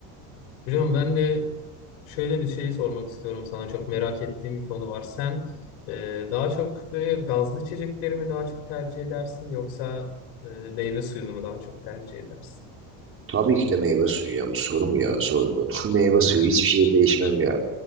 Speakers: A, on the left; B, on the right.
A: Hocam ben de şöyle bir şey sormak istiyorum sana. Çok merak ettiğim bir konu var. Sen e, daha çok böyle gazlı içecekleri mi daha çok tercih edersin yoksa e, meyve suyunu mu daha çok tercih edersin?
B: Tabii ki de meyve suyu ya bu soru mu ya sorduğun. <laughs> Meyve suyu
A: <laughs>
B: hiçbir şey değişmem ya.